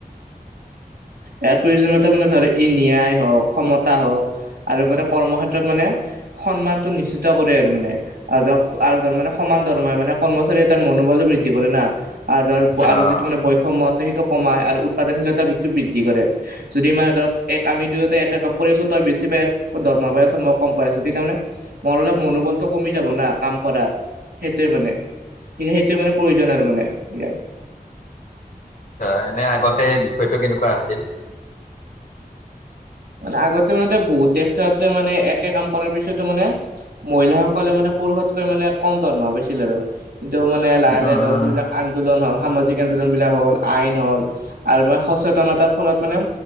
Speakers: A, on the right; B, on the left.
A: ইয়াৰ প্ৰয়োজনীয়তা মানে ধৰ ই নিয়ায় হওক ক্ষমতা হওক আৰু মানে কৰ্মক্ষেত্ৰত মানে সন্মানটো নিশ্চিত কৰে আৰু মানে আৰু ধৰক আৰু ধৰ মানে সমান ধৰমে মানে কৰ্মচাৰী এটাৰ মনোবল বৃদ্ধি কৰে না আৰু ধৰ আৰু
B: অ',
A: যিটো মানে বৈষম্য আছে সেইটো কমাই আৰু উৎপাদনশীলতা বৃদ্ধি বৃদ্ধি কৰে, যদি মানে ধৰ এক আমি দুইটা একে কাম কৰিছো তই বেছি পাই দৰমহা পাই আছ মই কম পাই আছ যদি তাৰমানে মোৰ অলপ মনোবলটো কমি যাব না কাম কৰাত সেইটোয়ে মানে। সেয়ে সেইটো মানে প্ৰয়োজন আৰু মানে এয়া
B: আটছা আগতে বিষয়টো কেনেকুৱা আছিল?
A: মানে আগতে মানে বহুত দেশতে মানে একে কাম কৰাৰ পিছতো মানে মহিলাসকলে মানে পুৰুষতকৈ মানে কম দৰমহা পাইছিল আৰু এইটো মানে লাহে -লাহে
B: অ',
A: ধৰ যিবিলাক আন্দোলন হল সামাজিক আন্দোলন বিলাক হ'ল আইন হল আৰু বা সচেতনতাৰ ফলত মানে